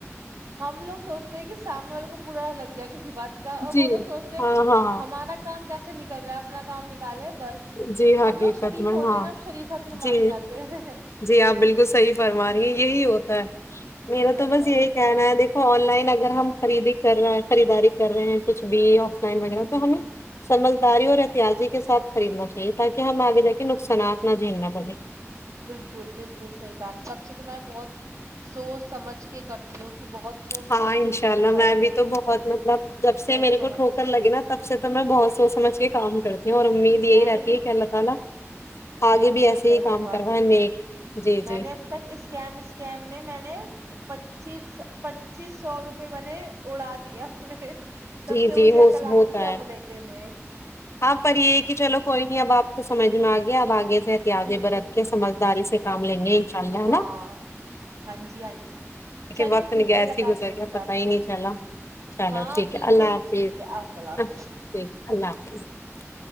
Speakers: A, on the right; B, on the left.
A: ہم لوگ سوچتے ہیں کہ سامنے والے کو برا لگ جائے کسی وقت کا اور
B: جی
A: بولو سوچتا ہے
B: ہاں
A: کہ
B: ہاں
A: ہمارا کام کیسے سے نکل رہا ہے اپنا کام نکالے بس
B: جی حقیقت
A: ہم لوگ شریف ہوتے
B: ہاں
A: ہیں نا ہم شریفت میں مارے
B: جی
A: جاتے ہیں
B: جی اپ بالکل صحیح فرما رہی ہیں یہی ہوتا ہے
A: یہی
B: میرا
A: ہوتا
B: تو بس
A: ہے
B: یہی
A: میرے
B: کہنا
A: ساتھ
B: ہے دیکھو لائن اگر ہم خریدی کر رہے ہیں خریداری کر رہے ہیں کچھ ایڈ یہ اف لائن
A: ہوں
B: وغیرہ تو
A: ہوں
B: ہمیں سمجھ جا رہی ہوں اور احتیازی کے ساتھ خریدنا چاہیے تاکہ ہم اگے دیکھیں نقصانات نہ جھیلنا پڑے
A: <unintelligible> سوچ سمجھ
B: ہاں انشاء
A: کوئی بھی چیز
B: اللہ
A: بائی
B: میں بھی
A: کر رہی
B: تو
A: ہوں
B: بہت مطلب جب
A: سوچ
B: سے میرے
A: سمجھ
B: کو ٹھوکر
A: کے
B: لگے نا تب سے تو میں بہت سوچ سمجھ کے کام کرتی اور امید یہی
A: میں نے
B: رہتی
A: بھی
B: ہے کہ اللہ تعالی آگے
A: اچھا
B: بھی ایسے
A: ہی رہے
B: کام
A: ہر بات
B: کروائے نیک جی
A: میں
B: جی
A: نے اب تک اسکیم اسکیم میں میں نے پچیس چیس سو روپے میں نے اڑا دیا اس مے تب
B: جی
A: سے
B: جی
A: مجھے
B: ہو
A: عقل آ
B: ہوتا
A: گئی کی اب
B: ہے
A: نہیں دینے
B: ہاں پر یہ ہے کہ چلو کوئی نہیں اب آپ کو سمجھ میں آگے اب آگے احتیات
A: بالکل
B: برت
A: بالکل
B: کے سمجھداری سے کام لیں گے انشاء اللہ ہے
A: ہاں
B: نا
A: ہاں جی ہاں جی
B: دیکھے
A: چلے
B: وقت
A: ٹھیک
B: کیسے
A: ہے لگاتے
B: گزر
A: ہیں
B: گیا
A: پھر
B: پتا
A: آپ
B: ہی
A: کو
B: نہیں چلا چلو
A: ہاں
B: ٹھیک
A: بالکل
B: ہے اللہ حافظ
A: ٹھیک ہے آپ اللہ حافظ
B: ٹھیک اللہ حافظ <inaudible> <inaudible>